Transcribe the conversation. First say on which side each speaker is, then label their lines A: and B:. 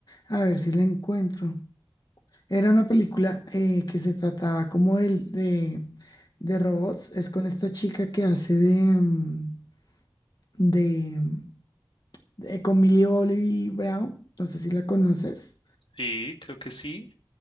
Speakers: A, on the left; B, on the left.
A: A ver si la encuentro. Era una película eh, que se trataba como del- de, de robots. Es con esta chica que hace de, mm, de, mm, de- con Millie Bobby Brown. No sé si la conoces.
B: Sí, creo que sí.